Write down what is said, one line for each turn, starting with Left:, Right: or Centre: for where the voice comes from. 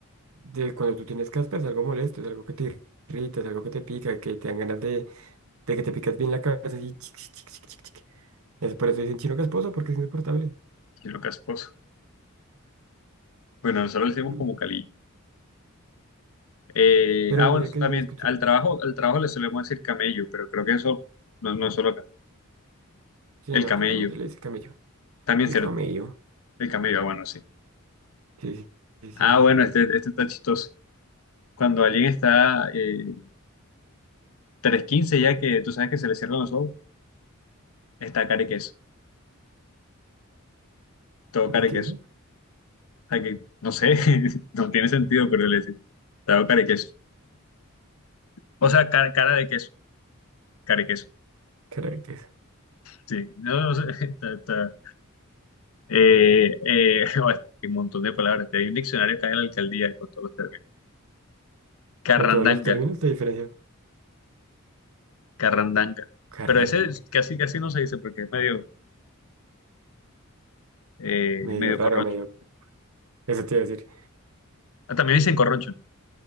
Right: De cuando tú tienes caspa es algo molesto, es algo que te irrita, es algo que te pica, que te dan ganas de, de que te picas bien la cabeza y chic, chic, chic, chic, chic, chic. Es por eso dicen chino casposo, porque es insoportable.
Left: Qué lo casposo. Bueno, nosotros le decimos
Right: Mm.
Left: como calillo. Eh,
Right: Pero
Left: ah,
Right: mira
Left: bueno, eso
Right: que
Left: también
Right: se escucha.
Left: al trabajo, al trabajo le solemos decir camello, pero creo que eso no, no es solo acá.
Right: Sí,
Left: El
Right: no,
Left: camello,
Right: acá también se le dice camello.
Left: también
Right: El
Left: cierto.
Right: camello.
Left: El camello, ah, bueno, sí.
Right: Sí, sí, sí, sí.
Left: Ah, bueno, este, este está chistoso. Cuando alguien está eh, tres quince ya que tú sabes que se le cierran los ojos, está cara y queso, todo
Right: Riqueza,
Left: cara y queso. O sea que, no sé, <laughs> no tiene sentido, pero le decimos, todo cara y queso. O sea, cara, cara de queso, cara y queso.
Right: caracas.
Left: Sí, no, no sé, <laughs> está, está- Eh, eh, <laughs> hay un montón de palabras. Hay un diccionario acá en la alcaldía con todos los términos. Carrandanga,
Right: Con todos los términos de diferencia.
Left: carrandanga.
Right: Carrandang.
Left: Pero ese es- casi, casi no se dice porque es medio, eh,
Right: Medio
Left: medio
Right: raro,
Left: corroncho.
Right: medio. Eso te iba a decir.
Left: Ah, también dicen corroncho, ¿no?